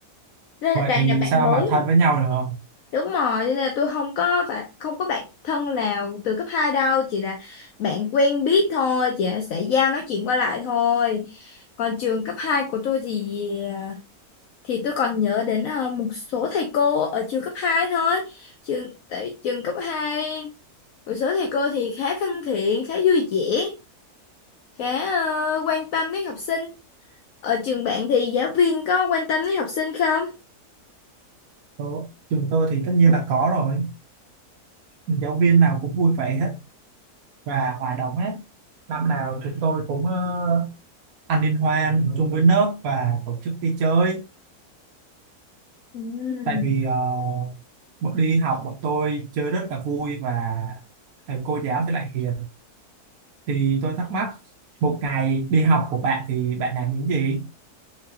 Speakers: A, on the left (about 65°); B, on the right (about 70°).
A: nên
B: vậy
A: là toàn
B: thì
A: là bạn
B: sao
A: mới
B: mà thân với nhau được không
A: Đúng rồi, nên là tôi không có phải không có bạn thân nào từ cấp 2 đâu, chỉ là bạn quen biết thôi, chỉ là xã giao nói chuyện qua lại thôi. Còn trường cấp 2 của tôi thì ờ, thì tôi còn nhớ đến ờ, một số thầy cô ở trường cấp 2 thôi. Trường tại trường cấp 2 một số thầy cô thì khá thân thiện, khá vui vẻ, khá ờ, quan tâm đến học sinh. Ở trường bạn thì giáo viên có quan tâm đến học sinh không?
B: Đó, trường tôi thì tất nhiên là có rồi giáo viên nào cũng vui vẻ hết và hòa đồng hết năm nào chúng tôi cũng ờ, ăn liên hoan chung với lớp và tổ chức đi chơi
A: Ừm.
B: tại vì ờ, bọn đi học bọn tôi chơi rất là vui và thầy cô giáo thì lại hiền thì tôi thắc mắc một ngày đi học của bạn thì bạn làm những gì